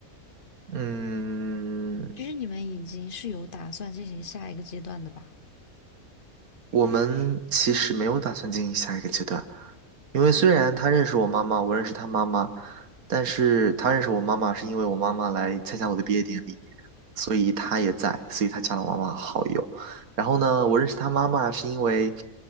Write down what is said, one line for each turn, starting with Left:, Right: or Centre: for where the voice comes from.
Right: 嗯，
Left: 其实你们已经是有打算进行下一个阶段的吧？
Right: 我们其实没有打算进行下一个阶段，因为虽然他认识我妈妈，
Left: 啊，
Right: 我认识他妈妈，但是他认识我妈妈是因为我妈妈来参加我的毕业典礼，所以他也在，所以他加了我妈妈好友。然后呢，我认识他妈妈是因为